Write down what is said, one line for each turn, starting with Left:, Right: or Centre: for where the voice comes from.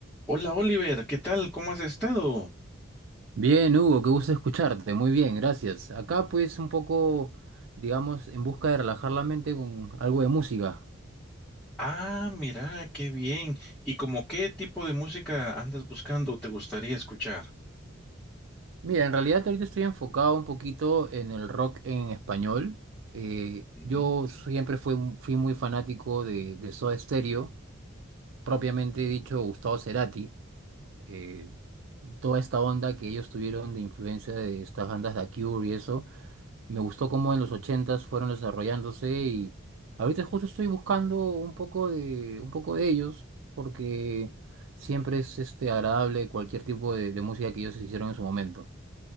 Centre: Hola Oliver, ¿qué tal? ¿Cómo has estado?
Right: Bien, Hugo, qué gusto escucharte. Muy bien, gracias. Acá pues un poco, digamos, en busca de relajar la mente con algo de música.
Centre: Ah, mira, qué bien. ¿Y como qué tipo de música andas buscando o te gustaría escuchar?
Right: Mira, en realidad ahorita estoy enfocado un poquito en el rock en español. Eh,
Centre: Mm.
Right: yo siempre fui, fui muy fanático de, de Soda Stereo, propiamente dicho Gustavo Cerati. Eh, toda esta onda que ellos tuvieron de influencia de estas bandas de The Cure y eso. Me gustó cómo en los ochentas fueron desarrollándose y ahorita justo estoy buscando un poco de, un poco de ellos porque siempre es este, agradable cualquier tipo de, de música que ellos hicieron en su momento.